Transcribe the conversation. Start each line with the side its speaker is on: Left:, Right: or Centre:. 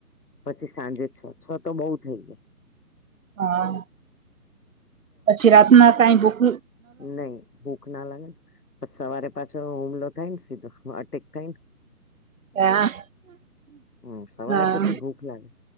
Left: પછી સાંજે છ તો બઉ થઈ ગયા.
Right: હા. પછી રાતના કાઈ ભૂક
Left: નઈ ભૂખના લાગે ને પછી સવારે પાછો હુમલો થાય ને સીધો અટેક થાય ને?
Right: હા.
Left: હમ્મ, સવારે
Right: હા
Left: પછી ભૂખ લાગે.